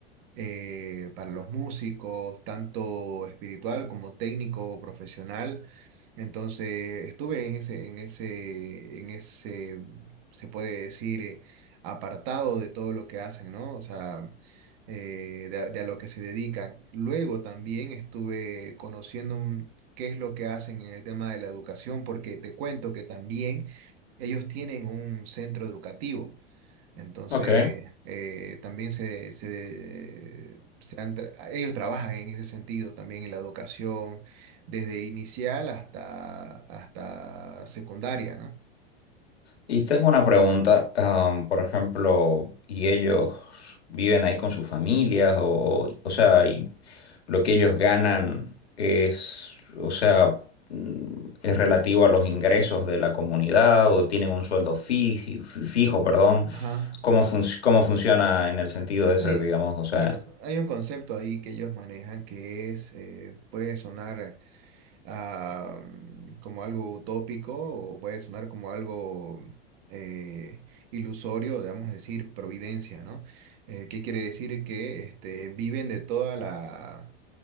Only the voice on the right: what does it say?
eh, para los músicos, tanto espiritual como técnico, profesional. Entonces, estuve en ese, en ese, en ese, se puede decir, eh, apartado de todo lo que hacen, ¿no? O sea, eh, de, a de a lo que se dedican. Luego también estuve conociendo un- qué es lo que hacen en el tema de la educación, porque te cuento que también ellos tienen un centro educativo. Entonces,
eh, también se, se, se han tra- ellos trabajan en ese sentido también en la educación, desde inicial hasta, hasta secundaria, ¿no?
Ajá.
Hay,
hay, un hay un concepto ahí que ellos manejan que es, eh, puede sonar. ah, como algo utópico o puede sonar como algo eh, ilusorio, digamos decir, providencia, ¿no? Eh, ¿qué quiere decir? Que este, viven de toda la,